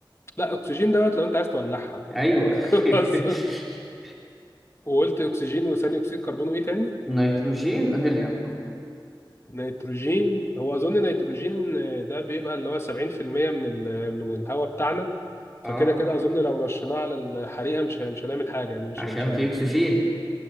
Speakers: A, on the left; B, in the centre.
A: لا اكسجين دوت لو انت عايز تولعها
B: أيوه
A: انت كده بتهزر
B: <laughs>
A: وقلت اكسجين وثاني اكسيد كربون وايه تاني
B: نيتروجين هيليوم
A: نيتروجين هو اظن نيتروجين آه، ده بيبقى اللي هو 70% من ال- من الهواء بتاعنا
B: اه
A: فكده كده اظن لو رشيناه على الحريقه مش هن- مش هنعمل حاجه يعني مش
B: عشان
A: هن- مش هن...
B: في اكسجين